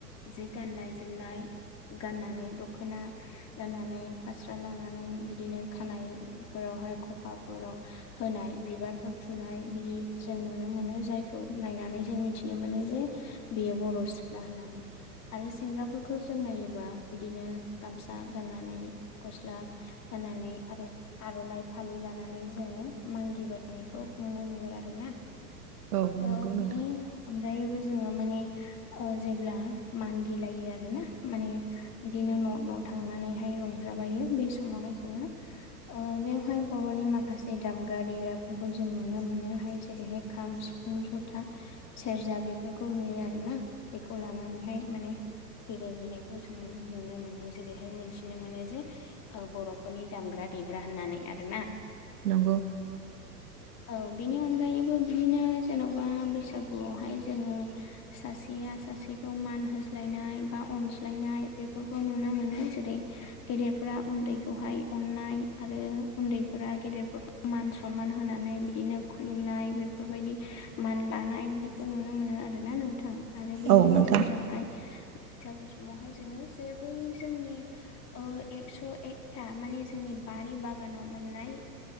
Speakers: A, on the left (about 30°); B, on the right (about 65°).
A: जे गाननाय जोमनाय गाननानै दख'ना राननानै फास्रा लानानै बिदिनो खानायफोरावहाय खफाफोराव होनाय बिबारफोर थुनाय बिदि जों नुनो मोनो जायखौ नायनानै जों मिथिनो मोनो जे बेयो बर' सिख्ला होननानै आरो सेंग्राफोरखौ जों नायोबा बिदिनो गामसा गाननानै गस्ला गाननानै आरो आर'नाइ फालि लानानै जोङो मागिबायनायखौ नुनो मोनो आरो ना
B: औ
A: थ'
B: नंगौ नोंथां
A: बिनि अनगायैबो जोङो माने ओ जेब्ला मागिलायो आरो ना माने बिदिनो न' न' थांनानैहाय रंजाबायो बे समावहाय जोङो ओ बेवहाय बर'नि माखासे दामग्रा देग्राफोरखौ जों नुनो मोनोहाय जेरैहाय खाम सिफुं सिफुं जपथा सेरजा बेफोरखौ नुयो आरोना बेखौ लानानैहाय माने बेरायनायखौ जोङो नुनो मोनो जेरैहाय मोनथिनो मोनो जे बर'फोरनि दामग्रा देग्रा होननानै आरोना
B: नंगौ
A: औ बेनि अनगायैबो बिदिनो जेन'बा बैसागुआवहाय जोङो सासे आ सासेखौ खौ मान होज्लायनाय बा अनज्लायनाय बेफोरखौ नुनो मोनो जेरै गेदेरफोरा उन्दैखौहाय अननाय आरो उन्दैफोरा गेदेरफोरखौ मान सनमान होनानै बिदिनो खुलुमनाय बेफोरबायदि मान लानाय बिदि खौ नुनो मोनो आरोना नोंथां आरो बेनि
B: औ
A: गे
B: नोंथां
A: जेरजोंहाय बैसागु समावहाय जोङो जे बै जोंनि ओ एक्स' एकथा माने जोंनि बारि बागानाव मोननाय